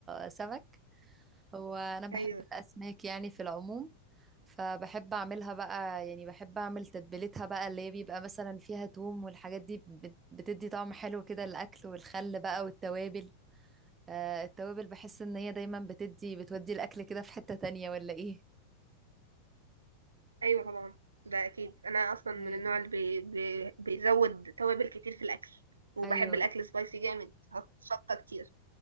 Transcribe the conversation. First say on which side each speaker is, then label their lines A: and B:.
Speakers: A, on the right (about 20°); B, on the right (about 75°).
A: سمك هو انا بحب
B: ايوه
A: الاسماك يعني في العموم فبحب اعملها بقى يعني بحب اعمل تتبيلتها بقى اللي هي بيبقى مثلا فيها توم والحاجات دي بت- بتدي طعم حلو كده الاكل والخل بقى والتوابل آه، التوابل بحس ان هي دايما بتدي بتودي الاكل كده في حتة تانية ولا ايه
B: ايوه طبعا ده اكيد انا اصلا من
A: ايوه
B: النوع اللي بي بي بيزود توابل كتير في الاكل وبحب
A: ايوه
B: الاكل سبايسي جامد حط شطه كتير